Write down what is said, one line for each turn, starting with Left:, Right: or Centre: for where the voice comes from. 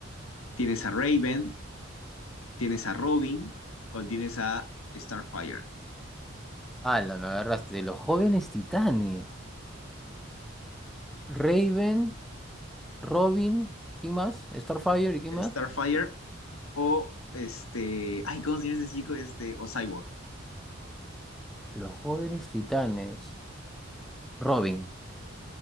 Left: tienes a Raven, tienes a Robin o tienes a Starfire.
Centre: la me agarraste. Los jóvenes titanes. Raven, Robin, ¿quién más? Starfire y ¿quién
Left: Starfire
Centre: más?
Left: o este, ay, ¿cómo se llama este chico? Este, o Cyborg.
Centre: Los jóvenes titanes. Robin.